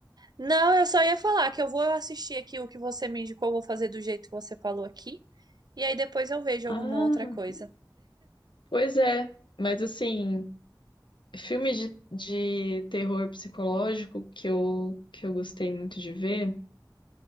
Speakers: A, on the right (about 60°); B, on the left (about 85°).
A: Não, eu só ia falar que eu vou assistir aqui o que você me indicou, vou fazer do jeito que você falou aqui. E aí depois eu vejo
B: Ah,
A: alguma outra coisa.
B: pois é. Mas assim, filme de, de terror psicológico que eu, que eu gostei muito de ver.